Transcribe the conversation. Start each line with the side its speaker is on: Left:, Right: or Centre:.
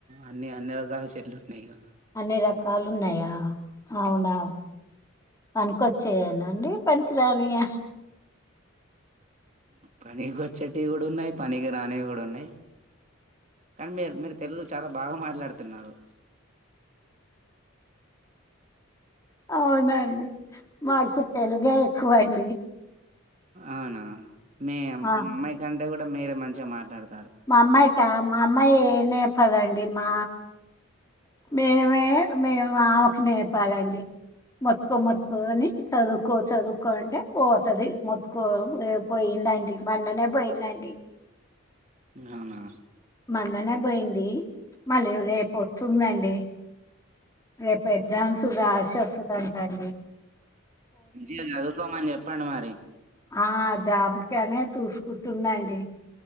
Right: అన్నీ అన్ని రకాల చెట్లు ఉన్నాయి ఇగ
Left: అన్ని రకాలు ఉన్నాయా అవునా పనికికొచ్చేయనా అండి పనికిరానియ
Right: పనికొచ్చేటివి కూడా ఉన్నాయి పనికి రానివి కూడా ఉన్నాయి కాని మీర్ మీరు తెలుగు చాలా బాగా మాట్లాడుతున్నారు
Left: అవునా అండి మాకు తెలుగే ఎక్కువండి
Right: అవునా మీ అమ్మాయి
Left: ఆ
Right: కంటే కూడా మీరే మంచిగా మాట్లాడు
Left: మా అమ్మాయికా మా అమ్మాయి ఏం నేప్పదండి మా మేమే మేము ఆమెకు నేర్పాలయ్యి మత్కో మత్కో అని చదువుకో చదువుకో అంటే పోతది మత్ కో ఏ పోయిందంటి మన్ననే పోయిందంటి
Right: అవునా
Left: మల్లనే బోయింది మళ్ళీ రేపు వస్తుందండి రేప్ పెజాగ్జామ్స్ రాశి వస్తుందంటండి
Right: మంచిగా చదువుకోమని చెప్పండి మరి
Left: ఆ జాబ్ కనే చూసుకుంటుందండి